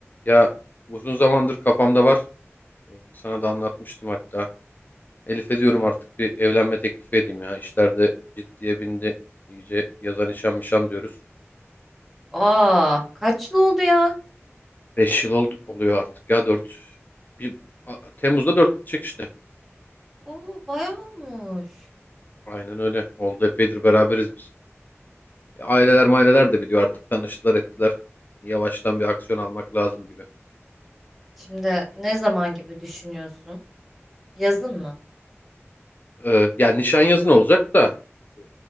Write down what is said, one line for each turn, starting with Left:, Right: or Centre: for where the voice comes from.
Left: Ya uzun zamandır kafamda var. Ee, Sana da anlatmıştım hatta. Elif'e diyorum artık bir evlenme teklifi edeyim ya. İşler de ciddiye bindi. İyice yaza nişan mişan diyoruz.
Centre: Aa, kaç yıl oldu ya?
Left: 5 yıl oldu, oluyor artık ya dört, Bir, A- Temmuz'da 4 bitecek işte.
Centre: Oo, bayağı olmuş.
Left: Aynen öyle. Oldu epeydir beraberiz biz. E, Aileler maileler de biliyor artık tanıştılar ettiler. Yavaştan bir aksiyon almak lazım gibi.
Centre: Şimdi ne zaman gibi düşünüyorsun? Yazın mı?
Left: Ee, yani nişan yazın olacak da e,